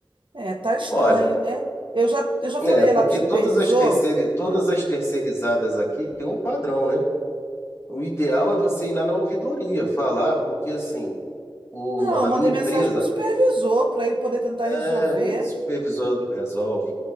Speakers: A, on the right; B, on the left.
A: É, tá estranho,
B: Olha,
A: né? Eu já, eu já falei
B: É,
A: lá
B: porque
A: com o supervisor.
B: todas as terceiri- todas
A: Ah,
B: as terceirizadas aqui têm um padrão, né? O ideal é você ir lá na ouvidoria falar, porque assim, o,
A: não, eu
B: a
A: mandei
B: minha
A: mensagem
B: empresa,
A: pro supervisor para ele poder tentar
B: é,
A: resolver.
B: mas o supervisor não resolve.